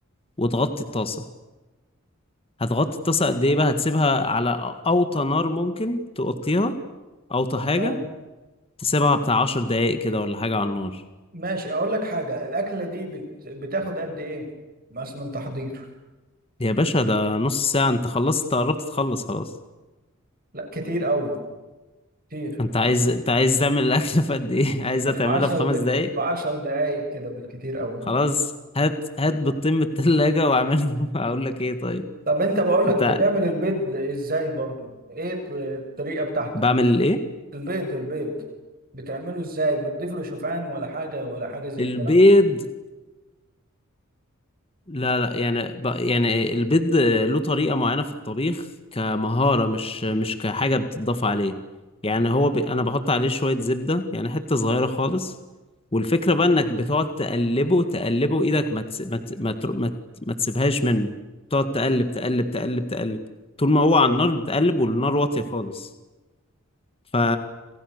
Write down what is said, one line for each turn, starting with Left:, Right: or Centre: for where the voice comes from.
Left: وتغطي الطاسة هتغطي الطاسة قد ايه بقى هتسيبها على اوطى نار ممكن تغطيها اوطى حاجة
Right: تمام
Left: تسيبها بتاع عشر دقايق كده ولا حاجة على النار
Right: ماشي اقول لك حاجه الاكله دي بت... بتاخد قد ايه مثلا تحضير
Left: يا باشا ده نص ساعة انت خلصت انت قربت تخلص خلاص
Right: لا كتير قوي كتير
Left: انت عايز انت عايز تعمل الاكل في قد ايه <laughs> عايزها
Right: في
Left: تعملها
Right: 10
Left: في خمس
Right: د...
Left: دقايق
Right: في 10 دقائق كده بالكتير قوي
Left: خلاص
Right: يعني
Left: هات هات بيضتين من التلاجة واعمله <laughs> اقول لك ايه طيب
Right: طب انت بقول لك
Left: انت
Right: بتعمل البيض ازاي برضو ايه الط- الطريقه بتاعتك
Left: بعمل ايه
Right: البيض البيض بتعمله ازاي بتضيف له شوفان ولا حاجه ولا حاجه زي
Left: البيض
Right: كده
Left: لا لا يعني ب... يعني البيض له طريقة معينة في الطبيخ كمهارة مش مش كحاجة بتضاف عليه يعني هو ب... أنا بحط عليه شوية زبدة يعني حتة صغيرة خالص والفكرة بقى إنك بتقعد تقلبه تقلبه إيدك ما تس... ما ت... ما, تر... ما, ت... ما تسيبهاش منه تقعد تقلب تقلب تقلب تقلب طول ما هو على النار بتقلب والنار واطية خالص ف